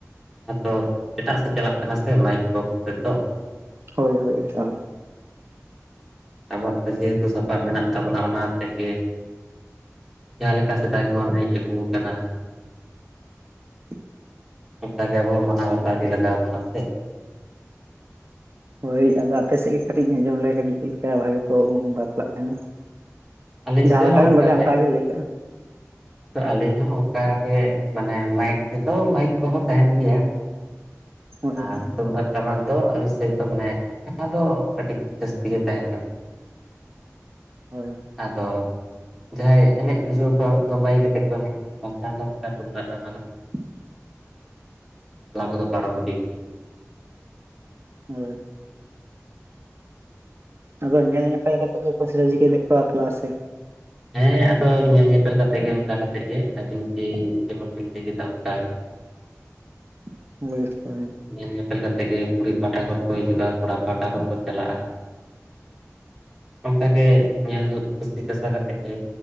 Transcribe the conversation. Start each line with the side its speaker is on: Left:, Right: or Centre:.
Centre: ᱚᱱᱟ ᱛᱚ ᱮᱴᱟᱜ ᱥᱮᱫ ᱪᱟᱞᱟᱜ ᱠᱟᱱᱟ ᱥᱮ ᱢᱟᱭᱤᱠ ᱵᱚᱠᱥ ᱟᱛᱮᱜ ᱫᱚ
Right: ᱦᱳᱭ ᱦᱳᱭ ᱮᱠᱟᱞ
Centre: ᱟᱵᱚᱣᱟᱜ ᱡᱮᱦᱮᱛᱩ ᱥᱟᱯᱟᱯ ᱢᱮᱱᱟᱜ ᱛᱟᱵᱚᱱᱟ ᱚᱱᱟ ᱛᱮ ᱜᱮ ᱡᱟᱦᱟᱸ ᱞᱮᱠᱟ ᱥᱮᱫᱟᱭ ᱠᱷᱚᱱ ᱦᱮᱡ ᱟᱹᱜᱩ ᱠᱟᱱᱟ
Right: <inaudible>
Centre: ᱚᱱᱠᱟᱜᱮ ᱟᱵᱚ ᱦᱚ ᱢᱟᱱᱟᱣ ᱵᱟᱛᱟᱣ ᱤᱫᱤ ᱞᱟᱜᱟᱣ ᱵᱚᱱᱟ ᱥᱮ
Right: ᱦᱳᱭ ᱟᱫᱚ ᱟᱯᱮ ᱥᱮᱫ ᱜᱮ ᱠᱟᱹᱴᱤᱡ ᱤᱧ ᱟᱸᱡᱚᱢ ᱞᱮᱭᱟ <inaudible> ᱞᱮᱠᱟ ᱵᱷᱟᱜᱮ ᱠᱚ ᱵᱟᱯᱞᱟᱜ ᱠᱟᱱᱟ᱾
Centre: ᱟᱹᱞᱤᱧ
Right: ᱡᱟᱦᱟᱸ
Centre: ᱥᱮᱫ
Right: ᱞᱮᱠᱟ
Centre: ᱦᱚᱸ
Right: ᱵᱮᱱ
Centre: ᱚᱱᱠᱟᱜᱮ
Right: ᱵᱟᱰᱟᱭᱟ ᱚᱱᱠᱟ ᱜᱮ ᱞᱟᱹᱭ ᱠᱟᱜ
Centre: ᱟᱫᱚ ᱟᱹᱞᱤᱧ ᱦᱚᱸ ᱚᱱᱠᱟᱜᱮ ᱢᱟᱱᱮ ᱢᱟᱭᱤᱠ ᱛᱮᱫᱚ ᱢᱟᱭᱤᱠ ᱠᱚᱦᱚᱸ ᱛᱟᱦᱮᱱ ᱜᱮᱭᱟ
Right: ᱦᱳᱭ
Centre: ᱟᱨ
Right: ᱦᱳᱭ
Centre: ᱛᱩᱢᱫᱟᱜ ᱴᱟᱢᱟᱠ ᱫᱚ <unintelligible> ᱮᱫ ᱫᱚ ᱢᱟᱱᱮ ᱚᱱᱟ ᱫᱚ ᱠᱟᱹᱴᱤᱡ ᱡᱟᱹᱥᱛᱤ ᱜᱮ ᱛᱟᱦᱮᱱ ᱧᱚᱜ
Right: ᱦᱳᱭ
Centre: ᱟᱫᱚ ᱡᱟᱦᱟᱸᱭ ᱮᱱᱮᱡ ᱵᱩᱡᱷᱟᱹᱣ ᱠᱚᱣᱟ ᱩᱱ ᱫᱚ ᱢᱟᱹᱭᱤᱠ ᱠᱟᱛᱮᱫ ᱠᱚ ᱮᱱᱮᱡᱼᱟ ᱟᱨ ᱵᱟᱝᱠᱷᱟᱱ ᱫᱚ ᱚᱱᱠᱟ ᱛᱩᱢᱫᱟᱜ ᱴᱟᱢᱟᱠ ᱠᱟᱛᱮ ᱠᱚ
Right: <inaudible>
Centre: ᱵᱟᱯᱞᱟ ᱠᱚᱫᱚ ᱯᱟᱨᱚᱢ ᱤᱫᱤ ᱦᱩᱭᱮᱱ ᱜᱮᱭᱟ᱾
Right: ᱦᱳᱭ ᱟᱫᱚ ᱧᱮᱞ ᱧᱮᱯᱮᱞ ᱠᱟᱛᱮ ᱜᱮ ᱠᱚ ᱠᱩᱥᱤ ᱨᱟᱹᱡᱤ ᱠᱟᱛᱮ ᱵᱟᱯᱞᱟᱜᱼᱟ ᱥᱮ
Centre: ᱦᱮᱸ ᱟᱫᱚ ᱧᱮᱞ ᱧᱮᱯᱮᱞ ᱠᱟᱛᱮᱜ ᱜᱮ ᱚᱱᱠᱟ ᱠᱟᱛᱮᱜ ᱜᱮ ᱟᱹᱵᱤᱱ ᱠᱤ ᱡᱮᱢᱚᱱ ᱵᱤᱱ ᱞᱟᱹᱭ ᱠᱮᱫᱟ ᱚᱱᱠᱟ ᱜᱮ᱾
Right: <inaudible> ᱵᱚᱭᱮᱥ <unintelligible>
Centre: ᱧᱮᱞ <unintelligible> ᱜᱮ ᱠᱩᱲᱤ ᱯᱟᱦᱴᱟ ᱠᱷᱚᱱ ᱠᱚ ᱦᱤᱡᱩᱜᱼᱟ ᱠᱚᱲᱟ ᱯᱟᱦᱴᱟ ᱠᱷᱚᱱ ᱠᱚ ᱪᱟᱞᱟᱜᱼᱟ᱾ ᱚᱱᱠᱟ ᱜᱮ ᱧᱮᱞ ᱠᱩᱥᱤ ᱠᱟᱥᱟ ᱠᱟᱛᱮ ᱛᱮᱜᱮ